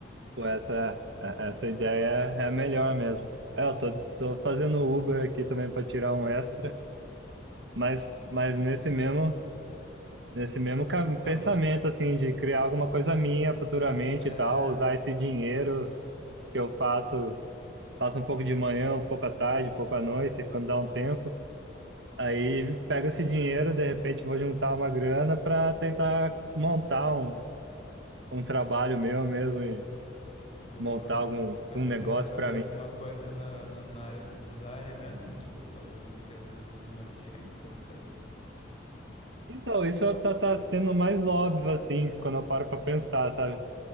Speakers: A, on the right; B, on the left.
A: Pô, essa, é- essa ideia é a melhor mesmo. É, eu tô, tô fazendo Uber aqui também para tirar um extra, mas, mas nesse mesmo. nesse mesmo cam-
B: É, então.
A: pensamento, assim, de criar alguma coisa minha futuramente
B: é,
A: e tal, usar esse dinheiro que eu faço, faço um pouco de manhã, um pouco à tarde, um pouco à noite, quando dá um tempo. Aí pego esse dinheiro, de repente vou juntar uma grana para tentar montar um, um trabalho meu mesmo e
B: Boa.
A: montar algum
B: Mas
A: um
B: você
A: negócio
B: pensa em fazer
A: para mim.
B: alguma coisa na, na, na área do design mesmo? Tipo, fazer meio que às às vezes uma agência, não sei.
A: Então, isso tá, tá sendo mais óbvio, assim, quando eu paro para pensar, sabe?